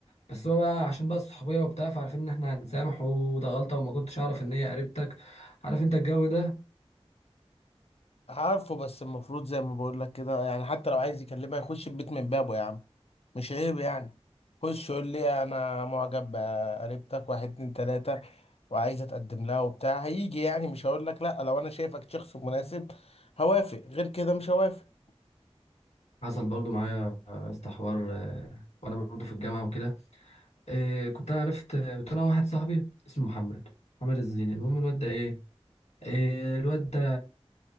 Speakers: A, on the left; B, on the left.
A: بس هو بقى عشان بقى الصحوبيه وبتاع فعارفين ان احنا هنسامح وده غلطه وما كنتش اعرف ان هي قريبتك عارف انت الجو ده
B: عارفه بس المفروض زي ما بقول لك كده يعني حتى لو عايز يكلمها يخش البيت من بابه يا عم مش عيب يعني خش يقول لي انا معجب بقريبتك واحد اتنين تلاته وعايز اتقدم لها وبتاع هيجي يعني مش هقول لك لا لو انا شايفك شخص مناسب هوافق غير كده مش هوافق
A: حصل برضو معايا يا اسطى حوار آه، وانا برضو في الجامعه وكده آه، كنت أنا عرفت كنت انا واحد صاحبي اسمه محمد محمد الزيني المهم الواد ده ايه آه، الواد ده